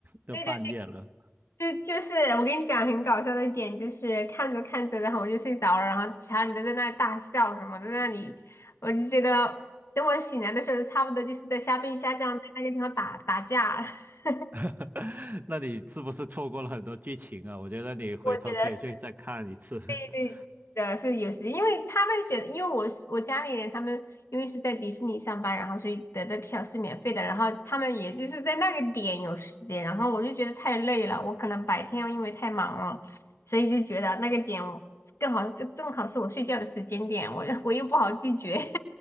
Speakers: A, on the right (about 40°); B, on the left (about 80°).
A: 要
B: 对对
A: <laughs> 半夜了，
B: 对，就就是我跟你讲很搞笑的一点，就是看着看着，然后我就睡着了，然后其他人都在那里大笑什么的，在那里，我就觉得等我醒来的时候，差不多就是在虾兵虾将在那个地方打打架了 <laughs>
A: <laughs> 那你是不是错过了很多剧情啊？我觉得你回头可以去再看一次。
B: 我觉得是。
A: <laughs>
B: 对对，的，是有时，因为他们选，因为我是我家里人，他们因为是在迪士尼上班，然后所以得的票是免费的，然后他们也就是在那个点有时间，然后我就觉得太累了，我可能白天因为太忙了，所以就觉得那个点我更好，正好是我睡觉的时间点，我我又不好拒绝，<laughs>